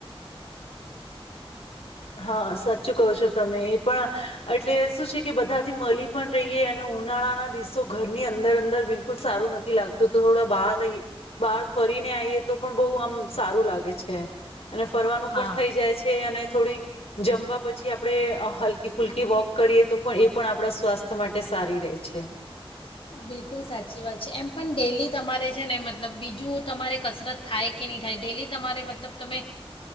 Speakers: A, on the left; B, on the left.
A: હા સાચું કહો છો તમે એ પણ એટલે શું છે કે બધાથી મળી પણ રહીએ અને ઉનાળાના દિવસો ઘરની અંદર અંદર બિલકુલ સારું નથી લાગતું તો થોડા બહાર રહી બહાર ફરીને આવીઈએ તો પણ બહુ આમ સારું લાગે છે. અને ફરવાનું પણ
B: હા
A: થઈ જાય છે અને થોડી જમવા પછી આપણે હલકી ફુલકી વોક કરીએ તો પણ એ પણ આપણા સ્વાસ્થ્ય માટે સારી રહે છે.
B: બિલકુલ સાચી વાત છે એમ પણ ડેલી તમારે છે ને મતલબ બીજું તમારે કસરત થાય કે નહીં થાય ડેલી તમારે મતલબ તમે